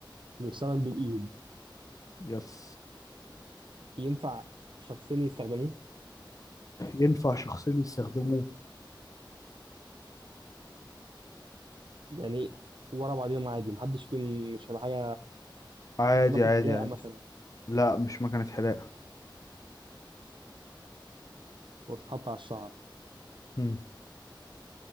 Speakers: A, on the right; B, on the left.
A: بيستخدم بالايد
B: يس
A: ينفع شخصين يستخدموه
B: ينفع شخصين يستخدموه
A: يعني ورا بعضهم عادي محدش فيهم مش هيبقى حاجة
B: عادي
A: مش ماكينة
B: عادي
A: حلاقة
B: عادي
A: مثلا
B: لا مش مكنة حلاقة
A: وبتتحط على الشعر
B: مم.